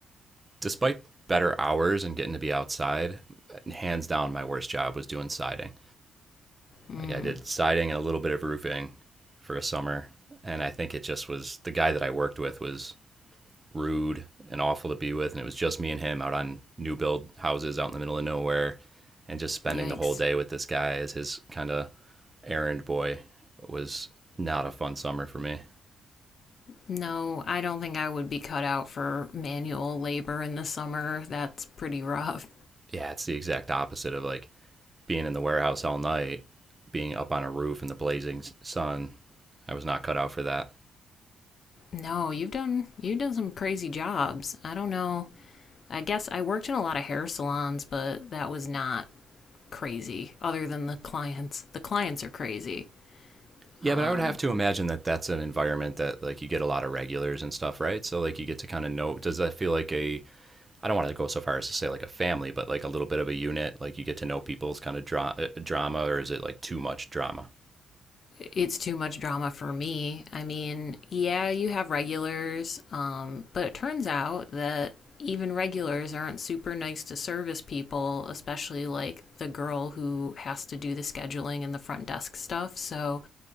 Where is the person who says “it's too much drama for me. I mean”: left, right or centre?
Left